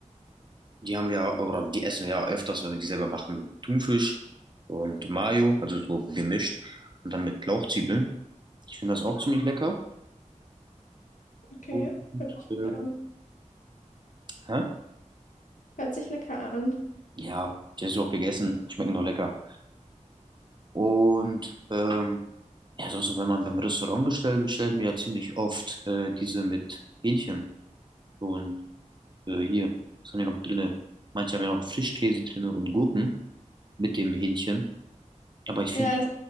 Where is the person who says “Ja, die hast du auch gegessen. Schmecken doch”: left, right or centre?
Right